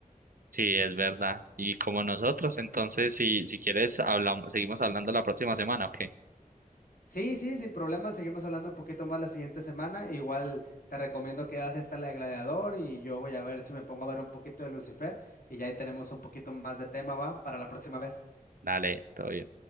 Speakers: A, on the right; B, on the left.
A: Sí, es verdad. Y como nosotros, entonces si, si quieres hablamos, seguimos hablando la próxima semana, ¿ok?
B: Sí, sí, sin problema, seguimos hablando un poquito más la siguiente semana. Igual te recomiendo que veas esta la de Gladiador y yo voy a ver si me pongo a ver un poquito de Lucifer y ya ahí tenemos un poquito más de tema, ¿va? Para la próxima vez.
A: Dale, todo bien.